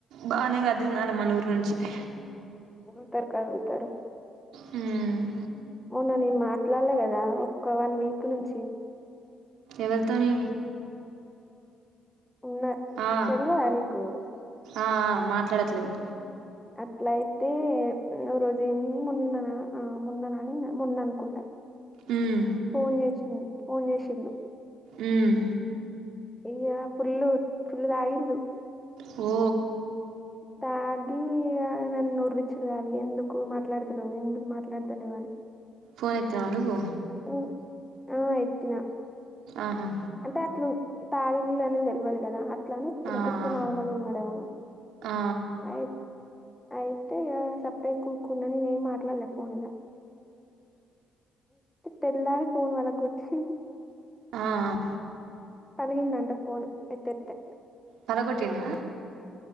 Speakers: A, on the right; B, in the centre.
A: బానగాదలు నాలమణూరి నుంచించి
B: కధుల్తరు కధుల్తరు
A: ఉమ్
B: అవునా నేను మాట్లాడలే కదా ఒక్క వన్ వీక్ నుంచి
A: ఎవరితోని
B: ఉన్న
A: ఆ
B: తెల్వధా నికు
A: ఆ ఆ మాట్లాడలేవు
B: అట్ల అయితే నువు రోజు ఏ మొన్న మొన్ననని మొన్న అనుకుంటాయి
A: మ్మ్
B: ఫోన్ చేసింది ఫోన్ చేసిండు
A: ఉమ్
B: ఇ్య ఫుల్లు ఫుల్లు తాగిండు
A: ఓ
B: తాగి ఆ నన్న ఉఊర్విచ్చలు అవి ఎందుకు మాట్లాడతులవ ఎందుకు మాట్లాడతలివని
A: ఫోన్ ఎత్తవా నువ్వు
B: ఊ ఆ ఎత్తిన
A: ఆహా
B: అంతే అత్లు ఇ తాగిందని తెల్వదు కదా అట్లా అని
A: ఆ ఆ
B: ఉత్ నార్మల్ గా ఉనాడు ఎమో
A: ఆ
B: అని అయితే ఇగా సపరేట్గా కూర్కున్నాని నే ఏం మాట్లాడలే ఫోన్ల తెల్లారి ఫోన్ పలగొట్టి కొట్టి
A: ఆ ఆ
B: పలికిందంటఅంట ఫోన్ ఎత్తతే
A: పలగొట్టిండా